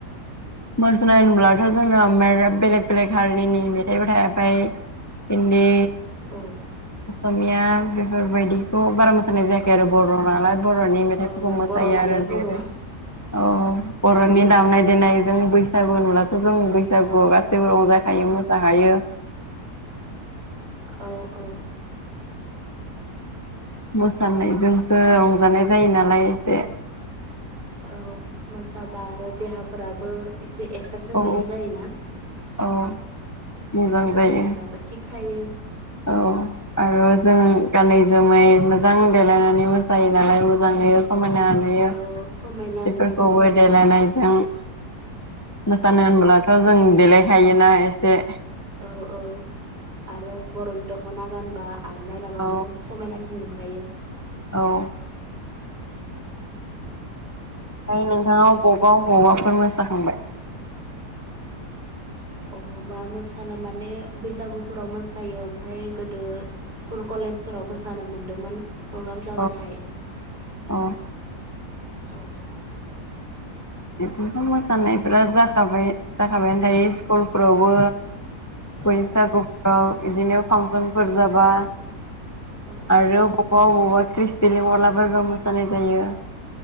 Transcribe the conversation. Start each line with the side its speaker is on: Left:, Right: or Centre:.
Left: मोसनाय होनब्लाथ' जोंना मेर बेलेग बेलेग हारिनिनि मेथाइबो थाबाय हिनदि
Right: औ
Left: असमिया बेफोरबायदिखौ बारा मोजां मोसानाय जायाखै
Right: औ
Left: आरो बर' नालाय बर'नि मेथाइफोरखौ
Right: औ
Left: मोसायो
Right: बर' नालाय
Left: आरो जै
Right: बर' औ
Left: औ बर'नि दामनाय देनाय जों बैसागु होनब्लाथ' जों बैसागुआव गासैबो रंजा खायो मोजां खायो
Right: औ औ
Left: मोसानायजोंसो रंजानाय जायो नालाय एसे
Right: औ मोसाबा आरो देहाफोराबो एसे एक्सारसाइस
Left: औ
Right: बायदि जायोना।
Left: औ मोजां जायो
Right: देहाफोराबो थिक थायो।
Left: औ आरो जों गानै जोमै मोजां देलायनानै मोसायो नालाय मोजां नुयो समायना नुयो
Right: औ
Left: बेफोरखौ
Right: समायना नुयो
Left: देलायनायजों मोसानो
Right: औ
Left: होनोबब्लाथ' जों देलायखायोना एसे
Right: औ औ आरो बर'नि दख'ना गानबा आरनायलाबाथ'
Left: औ
Right: समायनासिन दुखायो।
Left: औ ओमफ्राय नोंथाङाव बबाव बबावबा फोर मोसाखांबाय
Right: अबावबा मोसानो माने बैसागुफोराव मोसायो ओमफ्राय गोदो स्कुल कलेज कलेजफोराव मोसानो मोनदोंमोन। प्रग्राम जाबाथाय
Left: औ औ
Right: औ
Left: बिदिनोथ' मोसानायफोरा जाखाबाय जाखाबायानो थायो स्कुलफोरावबो बैसागुफ्राव
Right: औ
Left: बिदिनो फांसनफोर
Right: औ
Left: जाबा
Right: औ
Left: आरो अबावबा अबावबा ख्रिस्टि लिंहरला बायबा मोसानाय जायो।